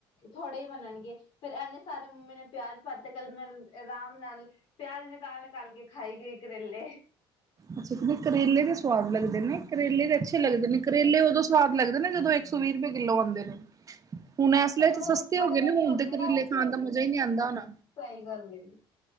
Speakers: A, on the left (about 60°); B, on the right (about 35°).
A: ਥੋੜੇ ਹੀ ਬਣਨਗੇ ਫੇਰ ਇਨੇ ਸਾਰੇ ਮੰਮੀੇ ਨੇ ਪਿਆਜ ਪਾਤੇ ਕੱਲ ਮੈ ਆਰਾਮ ਨਾਲ ਪਿ ਤਲ-ਤਲ ਕੇ ਖਾਈ ਗਈ ਕਰੇਲੇ
B: ਅੱਛਾ ਨਹੀਂ ਕਰੇਲੇ ਦੇ ਸਵਾਦ ਲੱਗਦੇ ਨੇ ਕਰੇਲੇ ਦੇ ਅੱਛੇ ਲੱਗਦੇ ਨੇ ਕਰੇਲੇ ਉਦੋਂ ਸਵਾਦ ਲੱਗਦੇ ਨੇ, ਜਦੋਂ ਇੱਕ ਸੌ ਵੀਹ ਰੁਪਏ ਕਿੱਲੋ ਹੁੰਦੇ ਨੇ ਹੁਣ
A: <unintelligible>
B: ਇਸ ਲਈ ਤਾਂ
A: ਹੋ
B: ਸਸਤੇ
A: ਕੜਵੇ
B: ਗਏ ਨੇ
A: ਨੀ
B: ਹੁਣ
A: ਹੁੰਦੇ
B: ਤੇ ਕਰੇਲੇ
A: ਨਾ ਇਸ
B: ਖਾਣ
A: ਕਰਕੇ,
B: ਦਾ ਮਜ਼ਾ ਹੀ ਨਹੀਂ ਆਉਂਦਾ ਹੋਣਾ
A: ਸਹੀ ਗੱਲ ਐ।